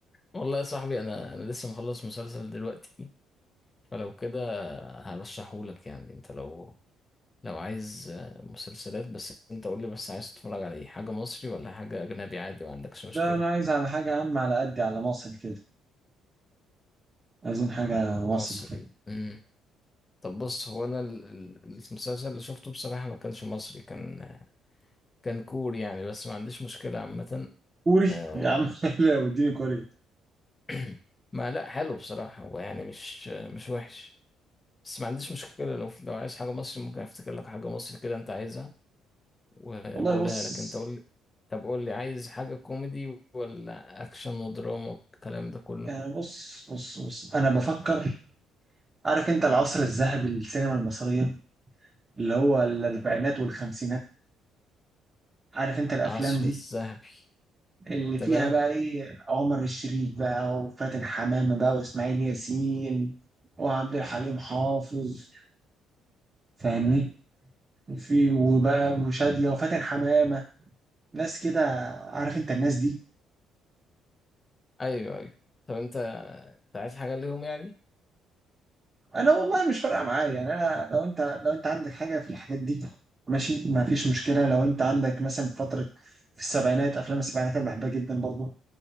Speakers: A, on the left; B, on the right.
A: والله يا صاحبي انا انا لسه مخلص مسلسل دلوقتي فلو كده هرشحهولك يعني انت لو لو عايز مسلسلات بس انت قول لي بس عايز تتفرج على ايه حاجه مصري ولا حاجه اجنبي عادي ما عندكش مشكله
B: لا انا عايز على حاجة يا عم على قدي على مصر كده عايزين حاجة مصر
A: مصري
B: كده
A: امم طب بص هو انا ال- ال- المسلسل اللي شفته بصراحه ما كانش مصري كان كان كوري يعني بس ما عنديش مشكله عامه
B: كوري
A: آه،
B: يا عم <laughs> لا وديني كوري
A: <clears throat> ما لا حلو بصراحه هو يعني مش مش وحش بس ما عنديش مشكلة لو لو عايز حاجة مصري ممكن افتكر لك حاجة مصري كده انت عايزها و-
B: والله
A: واقولها
B: بص
A: لك انت قول لي طب قول لي عايز حاجة كوميدي ولا اكشن ودراما والكلام ده كله
B: يعني بص بص بص انا بفكر عارف انت العصر الذهبي للسينما المصرية اللي هو الاربعينات والخمسينات عارف انت الافلام
A: العصر
B: دي
A: الذهبي
B: اللي
A: تمام
B: فيها بقى ايه عمر الشريف بقى وفاتن حمامة بقى واسماعيل ياسين وعبد الحليم حافظ فاهمني في وبقى وشادية وفاتن حمامة ناس كده عارف انت الناس دي
A: ايوه ايوه طب انت انت عايز حاجة ليهم يعني
B: انا والله مش فارقة معايا يعني انا لو انت لو انت عندك حاجة في الحاجات دي ماشي ما فيش مشكلة لو انت عندك مثلا فترة في السبعينات افلام السبعينات انا بحبها جدا برضو